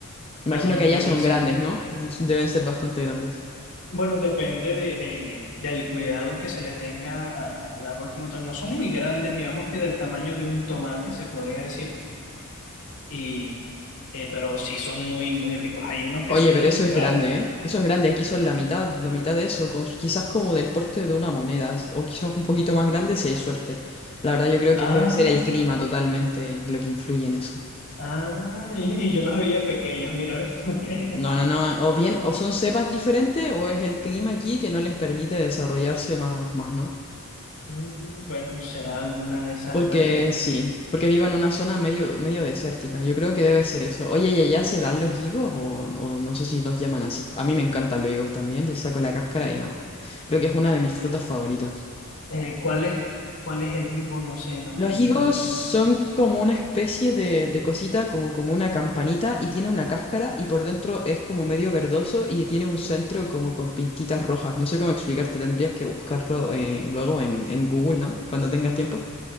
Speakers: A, on the left; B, on the left.
A: Imagino
B: Ah, no,
A: que allá
B: buenísimo.
A: son grandes, ¿no? Deben ser bastante grandes.
B: Bueno, depende de, de- del cuidado que se le tenga a- al árbol como tal. No son muy grandes, digamos que del tamaño de un tomate, se podría decir, y, eh, pero sí son muy, muy ricos. Hay unos que
A: Oye,
B: son,
A: pero eso es
B: claro.
A: grande, ¿eh? Eso es grande. Aquí son la mitad, la mitad de eso, con- quizás como del porte de una moneda, s- o quizás un poquito más grande si hay suerte. La verdad, yo creo
B: Ah,
A: que debe ser el clima totalmente lo que influye en eso.
B: ah, y, y yo los veía pequeños, mira. <laughs>
A: No, no, no. O bien, o son cepas diferentes, o es el clima aquí que no les permite desarrollarse más, más, ¿no?
B: Mm, Bueno, será alguna de esas
A: Porque
B: cuestiones.
A: sí, porque vivo en una zona medio, medio desértica. Yo creo que debe ser eso. Oye, ¿y allá se dan los higos o, o no sé si los llaman así? A mí me encantan los higos también, les saco la cáscara y no. Creo que es una de mis frutas favoritas.
B: Eh, ¿cuál es, cuál es el higo? No sé, no
A: Los
B: estoy muy
A: higos
B: relacionado.
A: son como una especie de, de cosita, como, como una campanita, y tiene una cáscara, y por dentro es como medio verdoso y tiene un centro como con pintitas rojas. No sé cómo explicarte, tendrías que buscarlo eh, luego en, en Google, ¿no? Cuando tengas tiempo.